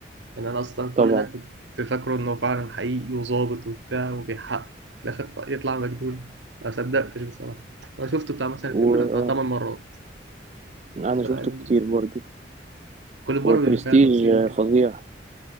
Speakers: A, on the right (about 80°); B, on the right (about 35°).
A: يعني انا اصلا
B: طبعا
A: كل ده كنت فاكره انه فعلا حقيقي وظابط وبتاع وبيحقق في الاخر ط- يطلع مجنون ما صدقتش بصراحه انا شفته بتاع مثلا
B: و
A: الفيلم ده بتاع
B: اه
A: 8 مرات
B: انا
A: شاتر
B: شفته
A: ايلاند
B: كتير برضو
A: كل مره
B: وبرستيج
A: بيبقى فيها تفصيله كده
B: فظيع